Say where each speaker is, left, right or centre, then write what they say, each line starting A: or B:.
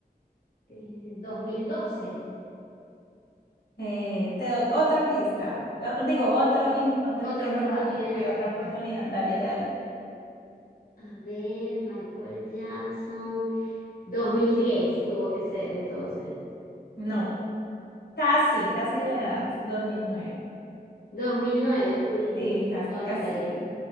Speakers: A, on the left; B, on the left.
A: Eh, dos mil doce,
B: eh, te doy otra pista. Eh, Digo, otro, in- otro
A: otra
B: intento
A: oportunidad.
B: más. Sí,
A: <laughs>
B: otra oportunidad. Dale, dale.
A: A ver, Michael Jackson. dos mil diez tuvo que ser entonces.
B: No, casi, casi le das 2009.
A: 2009, uy,
B: Sí, casi,
A: cónchale.
B: casi.